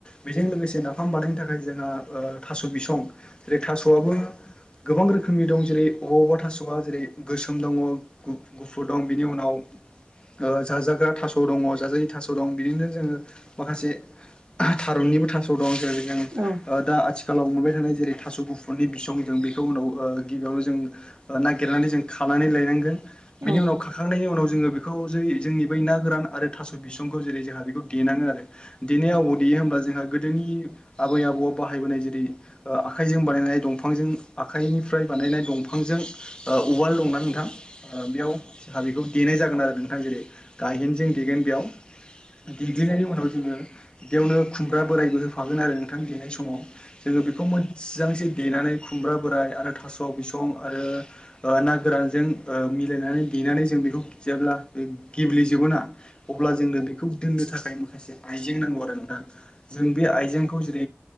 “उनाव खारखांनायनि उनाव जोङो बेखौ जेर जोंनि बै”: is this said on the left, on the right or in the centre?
Left